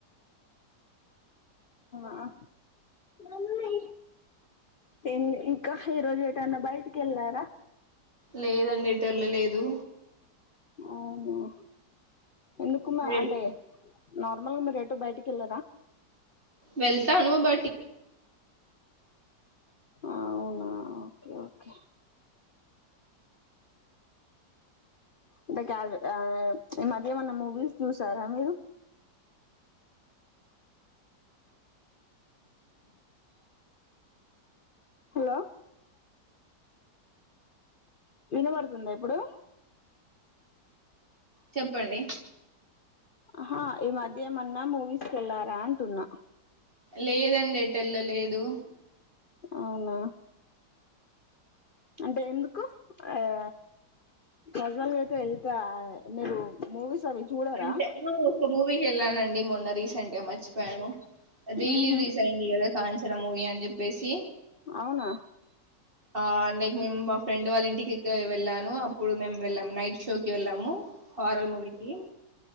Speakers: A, on the left; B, on the right.
A: ఆ అవునా ఇన్ ఇక ఈరోజు ఎటన్న బయటికి వెళ్లారా
B: లేదండి ఎటు వెళ్లలేదు
A: అవునా ఎందుకు
B: మీరు ఎల్-
A: అంటే నార్మల్గా మీరు ఎటూ బయటికి వెళ్లారా
B: వెల్తాను బట్టి
A: అవునా ఓకె ఓకె అంటే కాదు ఈ మధ్య ఏమన్నా మూవీస్ చూసారా మీరు హెలో వినబడుతుందా ఇప్పుడు
B: చెప్పండి
A: అహా ఈ మాధ్య మ నా మూవీస్కెళ్ళారా అంటున్న
B: లేదండి ఇట్ట ఎళ్ళలేదు
A: అవునా అంటే ఎందుకు ఆయ కజల్ గయితే వెళ్తా మీరు మూవీస్ అవి చూడరా
B: అంటే ఆ ఒక మూవీకి వెళ్ళానండి మన్నరరి గంటె మరిచి పోయాను రీ
A: ఉహు
B: రీజైన్ది కాంచన మూవి ఇంక ఉప్పేసి
A: అవున
B: ఆ అందె ఇంకా మేమ్ మా ఫ్రెండ్ వాళ్ళ ఇంటికి వెళ్ళాను అప్పుడు మేము వెళ్ళాం నైట్ షోకి వెళ్ళాము హారర్ మూవీకి